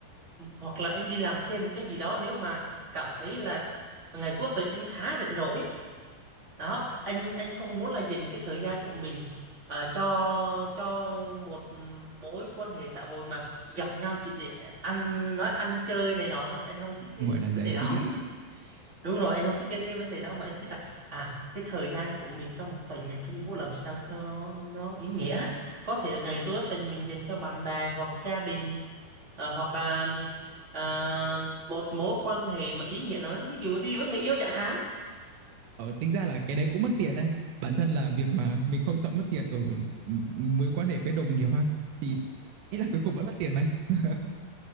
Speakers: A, on the right; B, on the right.
A: hoặc là anh đi làm thêm một cái gì đó nếu mà cảm thấy là ngày cuối tuần anh khá rảnh rỗi. Đó, anh anh không muốn là dành cái thời gian của mình ờ, cho cho một mối quan hệ xã hội mà chỉ gặp nhau chỉ để ăn nói ăn chơi này nọ thôi, anh không thích cái
B: gọi là
A: vấn
B: giải
A: đề
B: trí
A: đó.
B: á
A: đúng rồi anh không thích cái cái vấn đề đó mà anh thích là à cái thời gian của mình trong một tuần mình phải mua làm sao cho nó nó ý nghĩa có thể ngày cuối tuần mình dành cho bạn bè hoặc gia đình ờ, hoặc à, à, một mối quan hệ mà ý nghĩa nó ví dụ đi với người yêu chẳng hạn
B: ờ, tính ra là cái đấy cũng mất tiền anh bản thân là việc mà mình không chọn mất tiền ở ừ, mối quan hệ với đồng nghiệp ha thì ý là cuối cùng vẫn mất tiền mà anh